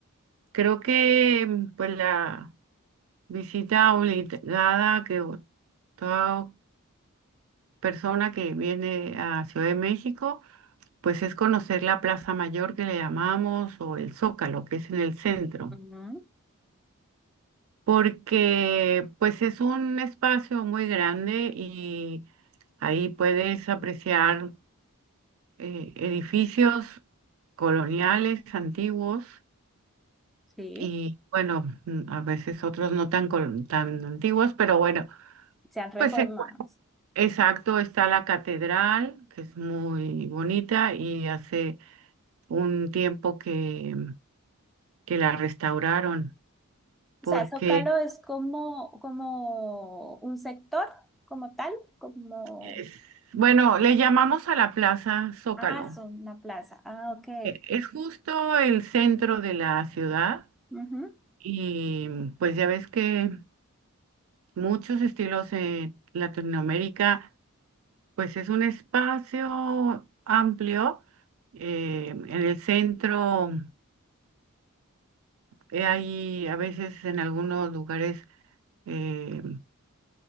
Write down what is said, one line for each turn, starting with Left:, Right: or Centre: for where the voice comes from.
Right: Creo que, mm, pues, la visita obligada que o- Toda persona que viene a Ciudad de México, pues es conocer la Plaza Mayor que le llamamos o el Zócalo, que es en el centro,
Centre: Ujú,
Right: porque pues es un espacio muy grande y ahí puedes apreciar eh, edificios coloniales antiguos
Centre: Sí.
Right: y bueno, mm, a veces otros no tan, col- tan antiguos, pero bueno,
Centre: se han reformado.
Right: pues eh, exacto, está la catedral, que es muy bonita y hace un tiempo que, que la restauraron, porque,
Centre: O sea, Zócalo es como, como un sector, como tal, como...
Right: es- bueno, le llamamos a la Plaza Zócalo.
Centre: Ah, son una plaza. Ah, ok.
Right: E- Es justo el centro de la ciudad
Centre: Ujú.
Right: y pues ya ves que muchos estilos en Latinoamérica, pues es un espacio amplio. eh, en el centro eh, hay a veces en algunos lugares eh,